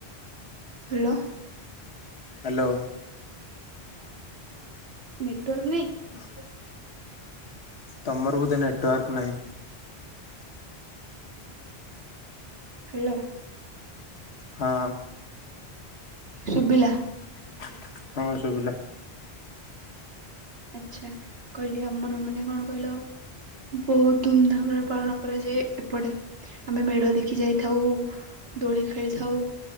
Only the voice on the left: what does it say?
ହ୍ୟାଲୋ।
<inaudible> ତମର ବୋଧେ ନେଟୱାର୍କ ନାହିଁ।
ହଁ।
ଶୁଭିଲା ହଁ ଶୁଭିଲା।